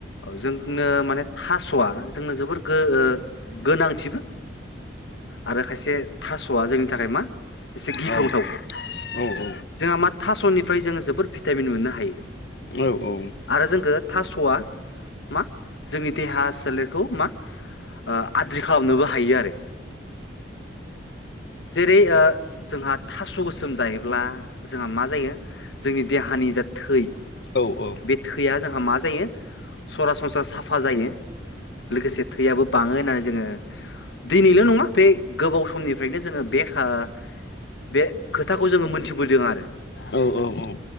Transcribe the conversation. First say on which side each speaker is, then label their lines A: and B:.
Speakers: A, on the left; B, on the left.
A: जोंनो बे थास'आ जोंनो जोबोर गो ओ गोनांथिबो आरो खायसे थास'आ जोंनि थाखाय मा एसे गिख्रंथाव
B: औ औ औ
A: जोंहा मा थास'निफ्राय जोङो जोबोद भिटामिन मोननो हायो।
B: औ औ।
A: आरो जोंखो थास'आ मा जोंनि देहा सोलेरखौ मा ओ आद्रि खालामनोबो हायो आरो। जेरै ओ जोंहा थास' गोसोम जायोब्ला जोंहा मा जायो जोंनि देहानि जा थै
B: औ औ।
A: बे थैया जोंहा मा जायो? सरासनस्रा साफा जायो लोगोसे थैयाबो बाङो होननानै जोङो दिनैल' नङा बे गोबाव समनिफ्रायनो जोङो बे खा ओ बे खोथाखौ जोङो मोनथिबोदों आरो।
B: औ औ औ औ।